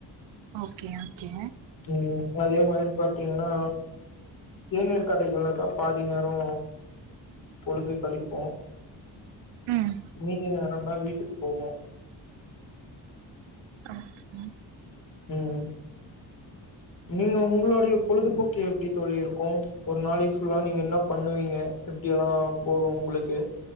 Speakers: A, on the right; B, on the left.
A: ஓகே ஓகே
B: ம் அதே மாரி பாத்தீங்னா தேநீர் கடைகள்லதா பாதி நேரோ பொழுது கழிப்போ
A: ம்
B: மீதி நேரோந்தா வீட்டுக்கு போவோ
A: ஓகேங்க
B: ம் நீங்க உங்ளுடைய பொழுதுபோக்கு எப்டி தோழி இருக்கு ஒரு நாளைக் ஃபுல்லா நீங்க என்னாப் பண்ணுவீங்க எப்டி எல்லா போகு உங்ளுக்கு